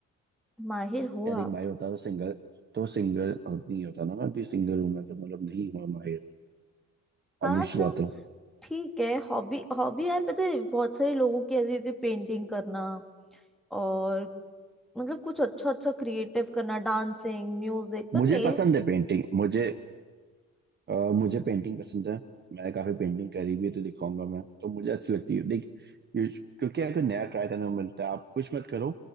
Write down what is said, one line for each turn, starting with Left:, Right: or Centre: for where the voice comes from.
Centre: माहिर हो
Right: खैर एक
Centre: आप
Right: भाई होता तो सिंगल तो सिंगल और नहीं होता ना मैं भी सिंगल हूं मैं तो मतलब नहीं हुआ माहिर
Centre: हाँ
Right: ऑब्वियस
Centre: तो
Right: बात है
Centre: ठीक है हॉबी हॉबी यार पता है बहुत सारे लोगों की ऐसी होती है पेंटिंग करना और मतलब कुछ अच्छा अच्छा क्रिएटिव करना डांसिंग म्यूजिक पर
Right: मुझे
Centre: मेरे
Right: पसंद है पेंटिंग मुझे अ, मुझे पेंटिंग पसंद है मैंने काफी पेंटिंग करी भी है तो दिखाऊंगा मैं तो मुझे अच्छी लगती है देख ये- क्योंकि अगर नया ट्राई करने को मिलता है आप कुछ मत करो